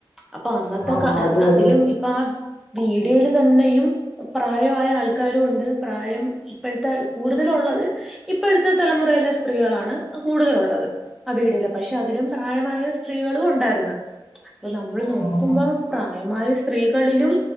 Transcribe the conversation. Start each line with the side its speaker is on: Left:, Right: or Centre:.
Centre: അപ്പൊ അന്നത്തെ
Left: ആ
Centre: കാ
Left: അത്
Centre: അതിലും
Left: അത്
Centre: ഇപ്പൊ ആ വീഡിയോയിൽ തന്നെയും പ്രായായ ആൾക്കാരും ഉണ്ട് പ്രായം ഇപ്പോഴത്തെ കൂടുതല് ഉള്ളത് ഇപ്പോഴത്തെ തലമുറയിലെ സ്ത്രീകളാണ് കൂടുതലുള്ളത് ആ വീഡിയോയില് പക്ഷെ അതിലും പ്രായമായ സ്ത്രീകളും ഉണ്ടായിരുന്നു ഇപ്പൊ നമ്മൾ നോക്കുമ്പോ
Left: ആ
Centre: പ്രായമായ സ്ത്രീകളിലും